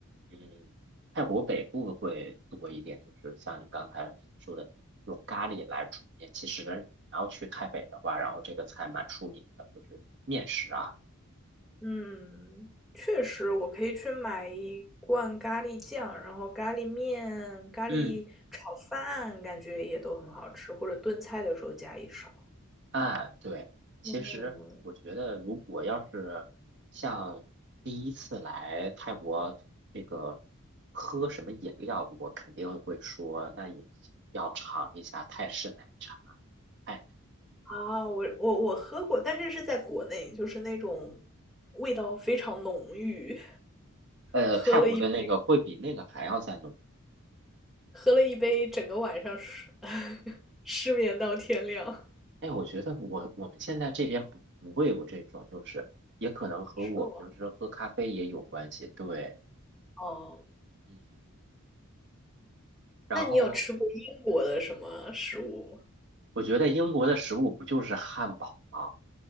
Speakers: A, on the right; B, in the centre.
A: 嗯，泰国北部会多一点，就是像你刚才说的用咖喱来煮面。其实然后去泰北的话，然后这个菜蛮出名的，就是面食啊。
B: 嗯，确实，我可以去买一罐咖喱酱，然后咖喱面、咖喱炒饭，
A: 嗯，
B: 感觉也都很好吃，或者炖菜的时候加一勺。
A: 哎，对，其实我觉得，
B: 嗯，
A: 如果要是像第一次来泰国这个喝什么饮料，我肯定会说，那你要尝一下泰式奶茶，泰
B: 啊，我我我喝过，但是是在国内，就是那种味道非常浓郁，
A: 呃泰国的那个会比那个还要再浓。
B: 喝了一杯。喝了一杯，整个晚上失 <laughs> 失眠到天亮。
A: 哎，我觉得我我们现在这边不不会有这种，就是也可能和我平时喝咖啡也有关系。
B: 是我
A: 对，
B: 哦，
A: 嗯，然后
B: 那你有吃过英国的什么食物吗？
A: 我觉得英国的食物不就是汉堡吗？